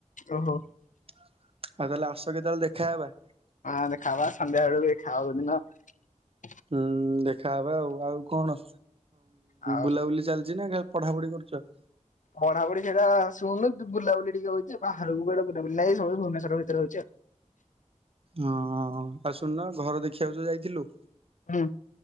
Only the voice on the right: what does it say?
ଆଉ ତାହେଲେ ଆସୁଛ କେତେବେଳେ ଦେଖାହବା।
ହୁଁ ଦେଖାହବା ଆଉ ଆଉ କଣ
ବୁଲାବୁଲି ଚାଲି ଛି ନା ଖାଲି ପଢାପଢି କରୁଛ।
ହଁ ଅ ଆଉ ଶୁନ୍‌ନା ଘର ଦେଖିବାକୁ ଯୋଉ ଯାଇଥିଲୁ।